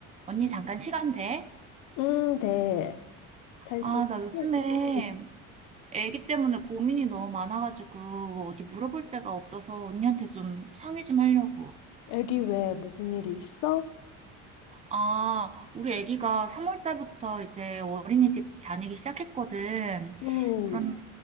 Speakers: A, on the right; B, on the left.
A: 언니 잠깐 시간 돼?
B: 음, 네. 잘
A: 아,
B: 지냈지?
A: 나 요즘에
B: 음,
A: 애기 때문에 고민이 너무 많아가지고 어디 물어볼 데가 없어서 언니한테 좀 상의 좀 하려고.
B: 애기 왜 무슨 일 있어?
A: 아, 우리 애기가 3월 달부터 이제 어린이집 다니기 시작했거든.
B: 음,
A: 그런데